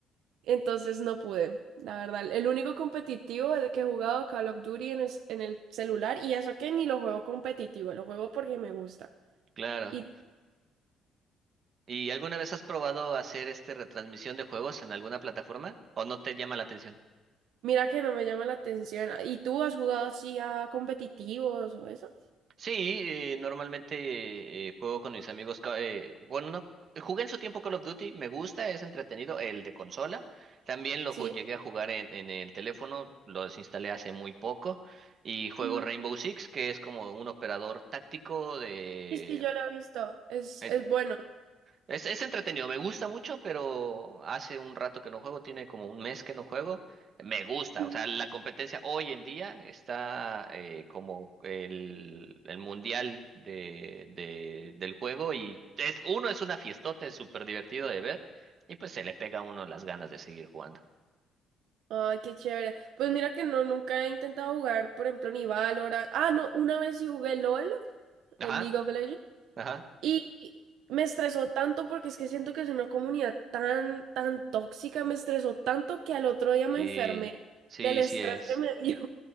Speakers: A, on the right; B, on the right.
A: Entonces no pude, la verdad. El único competitivo de que he jugado Call of Duty en, es- en el celular, y eso que ni lo juego competitivo, lo juego porque me gusta.
B: claro.
A: Y
B: ¿Y alguna vez has probado hacer este retransmisión de juegos en alguna plataforma? ¿O no te llama la atención?
A: mira que no me llama la atención. ¿Y tú has jugado así a competitivos o eso?
B: Sí, eh, normalmente eh, juego con mis amigos. ca- eh, bueno, no, jugué en su tiempo Call of Duty, me gusta, es entretenido. El de consola, también lo
A: Sí.
B: ju- llegué a jugar en, en el teléfono, lo desinstalé hace muy poco. Y juego
A: Ujú.
B: Rainbow Six, que es como un operador táctico de,
A: Sí, sí, yo lo he visto. Es,
B: eh,
A: es bueno.
B: es, es entretenido, me gusta mucho, pero hace un rato que no juego, tiene como un mes que no juego. Me gusta,
A: Ujú.
B: o sea, la competencia hoy en día está eh, como el, el mundial de, de- del juego y es, uno es una fiestota, es súper divertido de ver y pues se le pega a uno las ganas de seguir jugando.
A: Ay, qué chévere. Pues mira que no, nunca he intentado jugar, por ejemplo, ni Valorant. Ah, no, una vez sí jugué LOL,
B: Ajá,
A: el League of Legends.
B: ajá.
A: Y me estresó tanto porque es que siento que es una comunidad tan, tan tóxica, me estresó tanto que al otro día me
B: Sí,
A: enfermé
B: sí,
A: del estrés
B: sí es.
A: que me dio.